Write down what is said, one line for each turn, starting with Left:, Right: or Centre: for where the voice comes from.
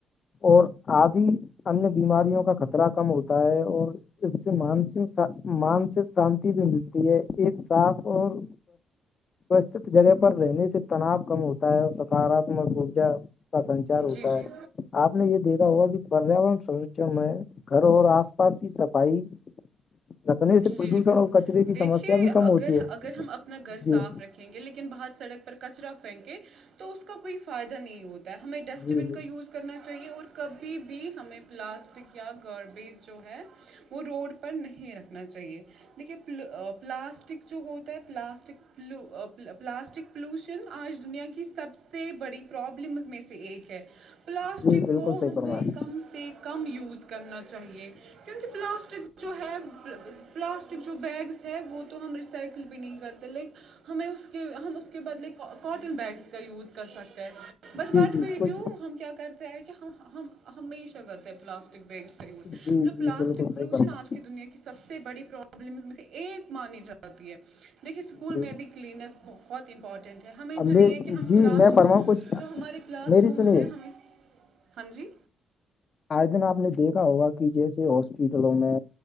Left: اور آدی ان بیماریوں کا خطرہ کم ہوتا ہے اور اس سے مس مانسک شانتی بھی ملتی ہے ایک صاف اور جگہ پر رہنے سے تناؤ کم ہوتا ہے اور سکاراتمک ارجا کا سنچار ہوتا
Right: جی جی
Left: ہے آپ نے یہ دیکھا ہوا کہ پریاورن سرچن میں گھر اور آس پاس کی صفائی رکھنے سے
Right: جی
Left: پردوشن
Right: جی بالکل
Left: اور کچرے کی
Right: دیکھیے
Left: سمسیا بھی کم
Right: اگر
Left: ہوتی ہے
Right: اگر ہم اپنا گھر صاف
Left: جی
Right: رکھے یں گے لیکن باہر سڑک پر کچرا پھینکے تو اس کا کوئی فائدہ نہیں ہوتا ہمیں ڈسٹ
Left: جی
Right: بین
Left: جی
Right: کا یوز کرنا چاہیے اور کبھی بھی ہمیں پلاسٹک یا گاربیج جو ہے وہ روڈ پر نہیں رکھنا چاہیے دیکھیے پلاسٹک جو ہوتا ہے پلاسٹکو پلاسٹک پلوشن آج دنیا کی سب سے بڑی پرابلمس میں سے ایک ہے پلاسٹک
Left: جی بالکل
Right: کو
Left: صحیح
Right: ہمیں
Left: فرمایا
Right: کم سے کم یوز کرنا چاہیے کیونکہ پلاسٹک جو ہے پلاسٹک جو بیگس ہے وہ تو ہم ریسائیکل بھی نہیں کرتے لیک ہمیں اس کے ہم اس کے بدلے کاٹن بیگس کا یوز کر سکتے ہیں بٹ
Left: جی
Right: وٹ
Left: جی
Right: وی
Left: کچھ
Right: ڈو ہم کیا کرتے ہیںئے کہ ہمیشہ کرتے ہیں پلاسٹک بیگس ز
Left: جی
Right: جو
Left: جی
Right: پلاسٹک
Left: بالکل
Right: پولوشن
Left: صحیح فرمایا
Right: آج کی دنیا کی سب سے بڑی پرابلمس میں سے ایک مانی جاتی ہے دیکھیے اسکول
Left: جی
Right: میں بھی کیا کلینس بہت امپارٹنٹ ہمیں
Left: ابھی
Right: چاہیے کہ ہم
Left: جی
Right: کلاس
Left: میں
Right: روم
Left: فرماؤں کچھ
Right: جو ہمارے کلاس
Left: میری
Right: رومز
Left: سنیے
Right: ہیں ہمیں ہاں جی
Left: آج دن آپ نے دیکھا ہوگا کہ جیسے ہاسپٹلوں میں